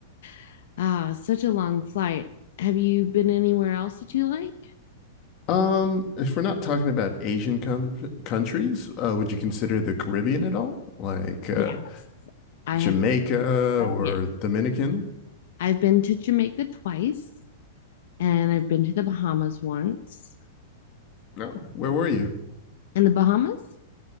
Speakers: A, on the left; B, on the left.
A: <sighs> ah, such a long flight. Have you been anywhere else that you like?
B: Um, if we're not talking about Asian com countries, uh, would you consider the Caribbean at all? Like uh,
A: Yes. I
B: Jamaica
A: have.
B: or
A: yeah.
B: Dominican?
A: I've been to Jamaica twice and I've been to the Bahamas once.
B: No, where were you?
A: And the Bahamas?